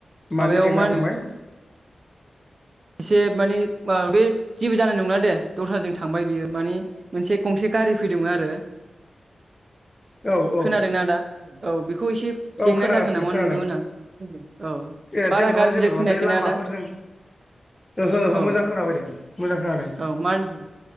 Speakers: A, on the left (about 20°); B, on the right (about 45°).
A: मानि
B: माबायाव
A: जेंना
B: मा होनो
A: फंबाय
B: एसे माने मा बे जेबो जानाय नंला दे दस्राजों थांबाय बियो मानि मोनसे गंसे गारि फैदोंमोन आरो
A: औ औ
B: खोनादोंना आदा औ बे बेखौ एसे
A: औ
B: जेंना
A: खोनागासिनो
B: जागोन नामा
A: खोनादों
B: नंदोंमोन आं औ
A: ए
B: बारा
A: जेबो नङा
B: गाज्रिदाय
A: जेबो नङा
B: खोनायाखैना
A: बे लामाफोरजों
B: आदा?
A: ओहो ओहो
B: औ
A: मोजां खोनाफैदों मोजां खोनादों
B: औ मा होनदों?